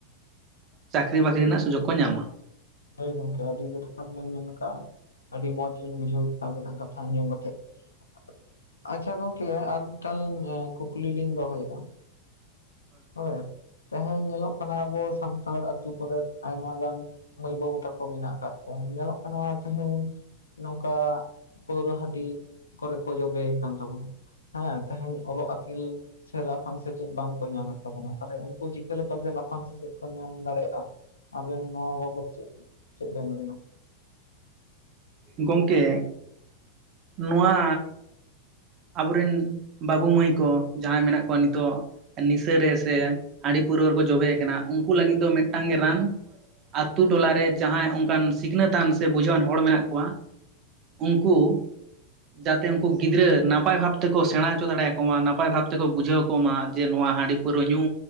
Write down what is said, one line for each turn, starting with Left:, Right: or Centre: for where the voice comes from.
Right: ᱪᱟᱹᱠᱨᱤ ᱵᱟᱹᱠᱨᱤ ᱨᱮᱱᱟᱜ ᱥᱩᱡᱚᱜᱽ ᱠᱚ ᱧᱟᱢᱟ ᱾
Left: ᱦᱩᱭ ᱜᱚᱢᱠᱮ ᱟᱹᱰᱤ ᱡᱚᱛᱷᱟᱛ ᱵᱤᱱ ᱢᱮᱱᱠᱟᱜᱼᱟ ᱾ ᱟᱹᱰᱤ ᱢᱚᱸᱡ ᱞᱤᱧ ᱵᱩᱡᱷᱟᱹᱣ ᱠᱮᱫᱟ ᱟᱹᱵᱤᱱᱟᱜ ᱠᱟᱛᱷᱟ ᱟᱸᱡᱚᱢ ᱠᱟᱛᱮᱫ ᱾ ᱟᱪᱪᱷᱟ ᱜᱚᱝᱠᱮ ᱟᱨ ᱢᱤᱫᱴᱟᱝ ᱞᱤᱧ ᱠᱩᱠᱞᱤ ᱞᱤᱧ ᱫᱚᱦᱚᱭᱮᱫᱼᱟ ᱾ ᱦᱳᱭ ᱛᱮᱦᱮᱧ ᱧᱮᱞᱚᱜ ᱠᱟᱱᱟ ᱟᱵᱚ ᱥᱟᱱᱛᱟᱲ ᱟᱛᱩ ᱠᱚᱨᱮ ᱟᱭᱢᱟ ᱜᱟᱱ ᱢᱟᱹᱭ ᱵᱟᱹᱵᱩ ᱛᱟᱠᱚ ᱢᱮᱱᱟᱜ ᱠᱟᱫ ᱠᱚᱣᱟ ᱧᱮᱞᱚᱜ ᱠᱟᱱᱟ ᱛᱟᱸᱦᱩ ᱱᱚᱝᱠᱟ ᱯᱟᱹᱣᱨᱟᱹ ᱦᱟᱺᱰᱤ ᱠᱚᱨᱮ ᱠᱚ ᱡᱚᱵᱮ ᱠᱟᱱ ᱛᱟᱵᱚᱱᱟ ᱾ ᱦᱮᱸ ᱛᱮᱦᱮᱧ ᱚᱞᱚᱜ ᱟᱹᱠᱤᱞ ᱥᱮ ᱞᱟᱯᱷᱟᱝ ᱥᱮᱪᱮᱫ ᱵᱟᱝᱠᱚ ᱧᱟᱢᱮᱫ ᱛᱟᱵᱚᱱᱟ ᱛᱟᱦᱚᱞᱮ ᱩᱱᱠᱩ ᱪᱤᱠᱟᱹ ᱞᱮᱠᱟᱛᱮ ᱞᱟᱯᱷᱟᱝ ᱥᱮᱪᱮᱫ ᱠᱚ ᱧᱟᱢ ᱫᱟᱲᱮᱭᱟᱜᱼᱟ ᱾ ᱟᱵᱮᱱ ᱱᱚᱣᱟ ᱵᱟᱵᱚᱫ ᱪᱮᱫ ᱪᱮᱫ ᱵᱮᱱ ᱢᱮᱱᱟ ᱾
Right: ᱜᱚᱢᱠᱮ ᱱᱚᱣᱟ ᱟᱵᱚᱨᱤᱱ ᱵᱟᱹᱵᱩ ᱢᱟᱹᱭ ᱠᱚ ᱡᱟᱦᱟᱸᱭ ᱢᱮᱱᱟᱜ ᱠᱚᱣᱟ ᱱᱤᱛᱚᱜ ᱾ ᱱᱤᱥᱟᱹᱨᱮ ᱥᱮ ᱦᱟᱺᱰᱤ ᱯᱟᱹᱣᱟᱨᱟᱹ ᱨᱮᱠᱚ ᱡᱚᱵᱮ ᱠᱟᱱᱟ ᱩᱱᱠᱩ ᱞᱟᱹᱜᱤᱫ ᱫᱚ ᱢᱤᱫᱴᱟᱝ ᱜᱮ ᱨᱟᱱ ᱾ ᱟᱛᱩ ᱴᱚᱞᱟᱨᱮ ᱡᱟᱦᱟᱸᱭ ᱚᱱᱠᱟᱱ ᱥᱤᱠᱷᱱᱟᱹ ᱛᱟᱱ ᱥᱮ ᱵᱩᱡᱷᱟᱹᱣᱟᱱ ᱦᱚᱲ ᱢᱮᱱᱟᱜ ᱠᱚᱣᱟ ᱾ ᱩᱱᱠᱩ ᱡᱟᱛᱮ ᱩᱱᱠᱩ ᱜᱤᱫᱽᱨᱟᱹ ᱱᱟᱯᱟᱭ ᱱᱟᱯᱟᱭ ᱵᱷᱟᱵᱽ ᱛᱮᱠᱚ ᱥᱮᱬᱟ ᱦᱚᱪᱚ ᱫᱟᱲᱮᱭᱟᱠᱚ ᱢᱟ ᱱᱟᱯᱟᱭ ᱵᱷᱟᱵᱽ ᱛᱮᱠᱚ ᱵᱩᱡᱷᱟᱹᱣ ᱠᱚᱢᱟ ᱡᱮ ᱱᱚᱣᱟ ᱦᱟᱺᱰᱤ ᱯᱟᱹᱣᱨᱟᱹ ᱧᱩ